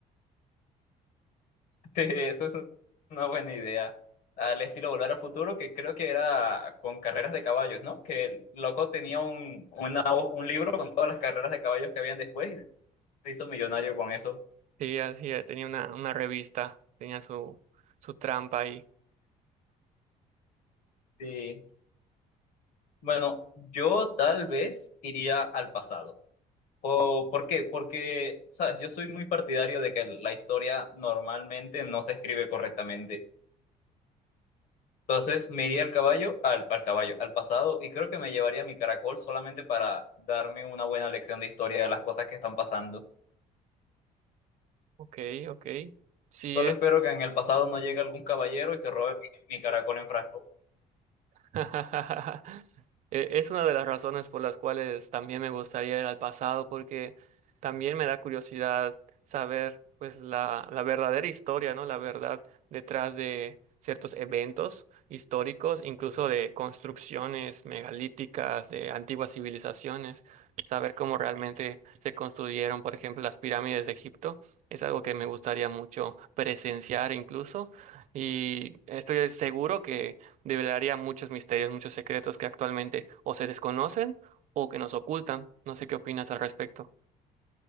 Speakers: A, on the left (about 65°); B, on the right (about 55°).
A: <laughs> Eso es una buena idea. Al estilo Volver al Futuro, que creo que era con carreras de caballos, ¿no? Que el loco tenía un, una- un libro con todas las carreras de caballos que habían después y se hizo millonario con eso.
B: Sí, así es. Tenía una, una revista, tenía su, su trampa ahí.
A: Sí. Bueno, yo tal vez iría al pasado. ¿O por qué? Porque, sabes, yo soy muy partidario de que la historia normalmente no se escribe correctamente. Entonces, me iría al caballo, al, al caballo, al pasado, y creo que me llevaría mi caracol solamente para darme una buena lección de historia de las cosas que están pasando.
B: Ok, ok. Sí
A: Solo
B: es.
A: espero que en el pasado no llegue algún caballero y se robe mi, mi caracol en frasco.
B: <laughs> E- Es una de las razones por las cuales también me gustaría ir al pasado, porque también me da curiosidad saber pues la, la verdadera historia, ¿no? La verdad detrás de ciertos eventos históricos, incluso de construcciones megalíticas, de antiguas civilizaciones, saber cómo realmente se construyeron, por ejemplo, las pirámides de Egipto, es algo que me gustaría mucho presenciar incluso, y estoy seguro que develaría muchos misterios, muchos secretos que actualmente o se desconocen o que nos ocultan. No sé qué opinas al respecto.